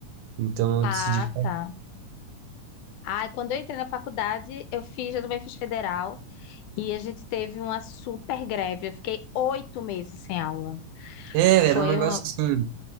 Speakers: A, on the right; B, on the left.
A: então
B: Ah,
A: eu decidi ficar.
B: tá. Ai, quando eu entrei na faculdade, eu fiz, eu também fiz federal, e a gente teve uma super greve. Eu fiquei oito meses sem aula.
A: É,
B: Foi
A: era um negócio
B: um,
A: assim.